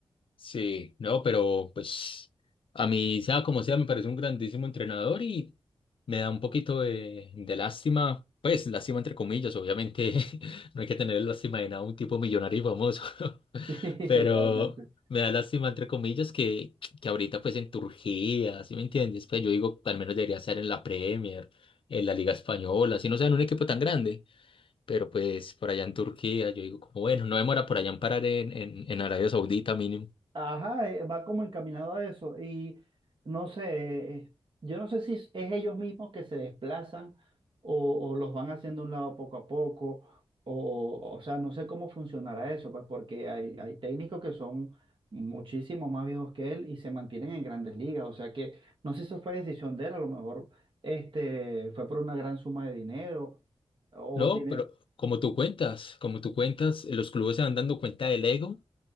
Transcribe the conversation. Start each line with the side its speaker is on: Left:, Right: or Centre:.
Left: Sí, no, pero pues a mí, sea como sea, me parece un grandísimo entrenador y me da un poquito de, de lástima, pues lástima entre comillas, obviamente <laughs> no hay que tener lástima de nada, un tipo millonario y famoso, <laughs>
Right: <laughs> Sí,
Left: pero
Right: realmente.
Left: me da lástima entre comillas que, que ahorita pues en Turquía, ¿sí me entiendes? Pues yo digo, al menos debería estar en la Premier, en la Liga Española, si no sea en un equipo tan grande, pero pues por allá en Turquía, yo digo como bueno, no demora por allá en parar en, en, en Arabia Saudita mínimo.
Right: Ajá, eh, va como encaminado a eso. Y no sé, eh, yo no sé si es es ellos mismos que se desplazan o, o los van haciendo a un lado poco a poco, o, o sea, no sé cómo funcionará eso, pues porque hay, hay técnicos que son muchísimo más viejos que él y se mantienen en grandes ligas. O sea que no sé si eso fue decisión de él, a lo mejor este, fue por una gran suma de dinero o
Left: No,
Right: tiene,
Left: pero como tú cuentas, como tú cuentas, eh, los clubes se van dando cuenta del ego